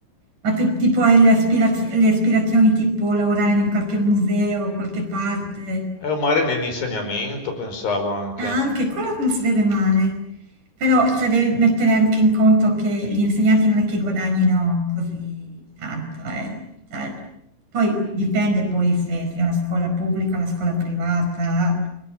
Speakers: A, on the right; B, on the left.
A: Ma tu tipo hai le, aspiraz- le aspirazioni tipo lavorare in qualche museo, qualche parte?
B: È un mare nell'insegnamento, pensavo anche.
A: Ah, anche quello non si vede male, però cioè, devi mettere anche in conto che gli insegnanti non è che guadagnino così tanto, eh. Cioè, poi dipende poi se, se è una scuola pubblica, una scuola privata,